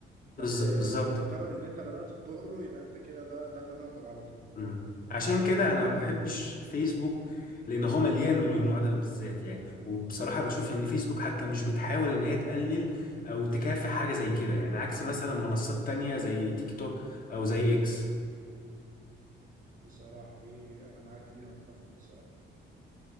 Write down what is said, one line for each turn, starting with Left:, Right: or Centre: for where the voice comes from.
Right: بس
Left: بالز- بالظبط
Right: بمجرد
Left: كده
Right: ان انت بدأت تضره يبقى انت كده ده ده تنمر على طول
Left: مم. عشان كده انا ما بحبش فيسبوك لان هو مليان من النوع ده بالذات يعني وبصراحه بشوف ان فيسبوك حتى مش بتحاول ان هي تقلل او تكافح حاجه زي كده يعني عكس مثلا منصات تانية زي تيك توك او زي اكس
Right: بصراحة دي انا معاك فيها اتفق بصراحة